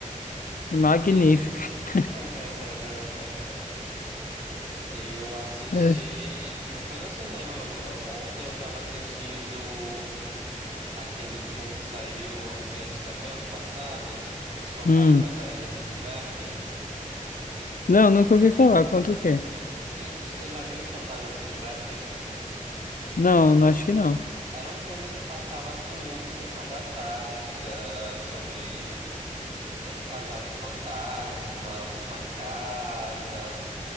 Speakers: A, on the left; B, on the right.
A: magnífica.
B: Eu.
A: <laughs>
B: <laughs> Eu assisti,
A: É.
B: não foi no cinema, mas ó, ontem eu tava assistindo aquele filme que saiu recente também, ano passado, Os Fantasmas
A: Hum.
B: Ainda Se Divertem.
A: Não, nunca ouvi falar. Conta o quê?
B: Tu- Você já viu Os Fantasmas Se Divertem?
A: Não, não acho que não.
B: Era um filme que passava assim muito em sessão da tarde, que era sobre esse casal de fantasmas que moravam numa casa.